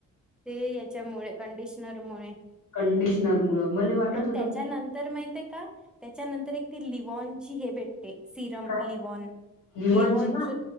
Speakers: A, in the centre; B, on the left (about 85°).
A: ते याच्यामुळे कंडिशनरमुळे.
B: कंडिशनर मुळ मला वाटत होतं
A: त्याच्या
B: बाई
A: नंतर माहितय का त्याच्यानंतर एक ती लिवॉन -- चि हेे भेटते. सिरम
B: काय
A: लिवॉन
B: लिवॉनची
A: लिवॉनच
B: का